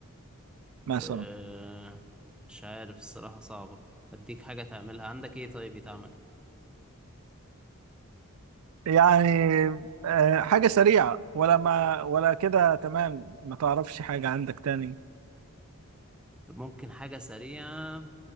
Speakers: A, on the right (about 85°); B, in the centre.
A: مثلا
B: أه... مش عارف الصراحة صعبة اديك حاجة تعملها عندك ايه طيب يتعمل
A: يعني آه، حاجة سريعة ولا ما ولا كده تمام ما تعرفش حاجة عندك تاني
B: ممكن حاجة سريعة